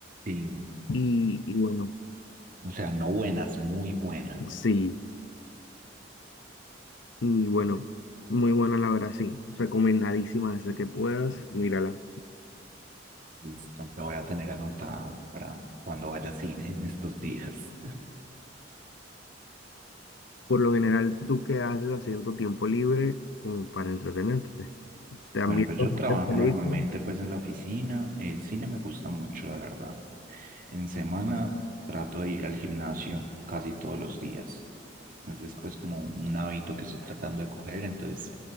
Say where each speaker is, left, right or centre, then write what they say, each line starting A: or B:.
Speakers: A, on the right (about 45°); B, on the left (about 75°).
A: Sí,
B: y, y bueno,
A: o sea, no buenas, muy buenas.
B: sí. Y bueno, muy buena la verdad, sí. Recomendadísima desde que puedas, mírala.
A: Listo, lo voy a tener anotado para cuando vaya al cine en estos días.
B: Por lo general, ¿tú qué haces haciendo tu tiempo libre como para entretenerte? ¿Te han
A: Bueno,
B: visto
A: pues yo
B: muchas
A: trabajo
B: películas?
A: normalmente pues en la oficina. El cine me gusta mucho, la verdad. En semana trato de ir al gimnasio casi todos los días. Ese es pues como un hábito que estoy tratando de coger. Entonces